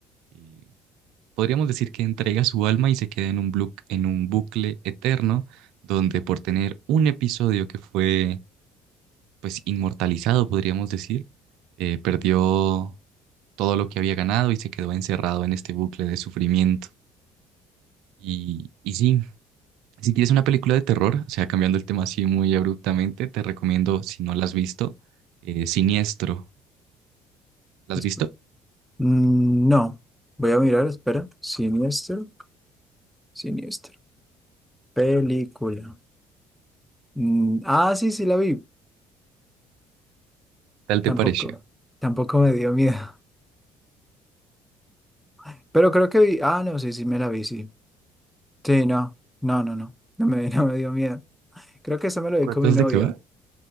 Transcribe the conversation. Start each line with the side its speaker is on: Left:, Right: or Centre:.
Right: eh, podríamos decir que entrega su alma y se queda en un blu- en un bucle eterno, donde por tener un episodio que fue pues inmortalizado, podríamos decir, eh, perdió todo lo que había ganado y se quedó encerrado en este bucle de sufrimiento. Y, y sí, si quieres una película de terror, o sea, cambiando el tema así muy abruptamente, te recomiendo, si no la has visto, eh, Siniestro. ¿La
Centre: Esp-
Right: has visto? ¿qué
Centre: Mm, No, voy a mirar, espera. Siniestro, siniestro. Película. Mm, ah, sí, sí la vi.
Right: ¿Tal
Centre: Tampoco,
Right: te pareció?
Centre: tampoco me dio miedo. <laughs> Pero creo que vi. Ah, no, sí, sí me la vi, sí. Sí, no, no, no, no. No me, <laughs> no me dio miedo. Creo que esa me la vi con
Right: ¿Entonces
Centre: mi novia.
Right: de qué va?